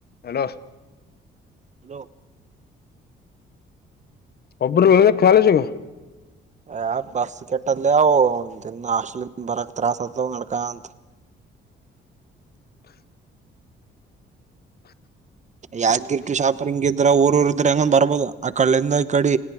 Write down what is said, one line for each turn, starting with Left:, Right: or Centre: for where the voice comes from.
Left: Hello
Right: hello
Left: ಅಪ್ರೂ ಕಾಲೇಜಿಗ.
Right: ಯ ಬಸ್ ಕೆಟ್ಟಲ್ಲಿವು ದಿನ ಹಾಸ್ಟಲಿಂದ ಬರಕ್ಕೆ ತ್ರಾಸ ಆತ ನಡಕಂತ. <inaudible> ಯಾದಗಿರ್ಟ್ಟು ಶಾಪರಿಂಗ್ ಇದ್ರ ಊರ್ ಊರ್ ಇದ್ರೆ ಹೆಂಗೋ ಬರ್ಬೋದು ಆ ಕಡೆಂದ ಈ ಕಡೆ